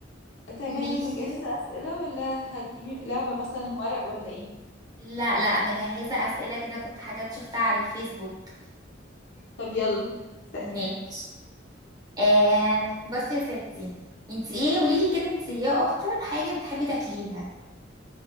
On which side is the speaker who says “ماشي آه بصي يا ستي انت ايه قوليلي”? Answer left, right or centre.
Right